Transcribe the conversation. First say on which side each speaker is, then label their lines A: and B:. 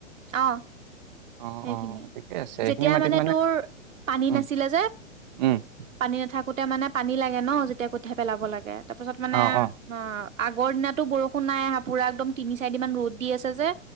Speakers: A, on the right; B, on the right.
A: অঁ।
B: অ',
A: সেইখিনিয়ে।
B: অ', ঠিকে আছে।
A: যেতিয়া
B: এইখিনি মাটিত
A: মানে তোৰ- পানী
B: উম,
A: নাছিলে যে
B: উম,
A: পানী নাথাকোতে মানে- পানী লাগে ন যেতিয়া কঠিয়া পেলাব লাগে ন। তাৰ পিছত মানে
B: অ', অ',
A: - আগৰ দিনা টো বৰষুণ নাই আহা পুৰা একদম তিনি, চাৰিদিন মান ৰ'দ দি আছে যে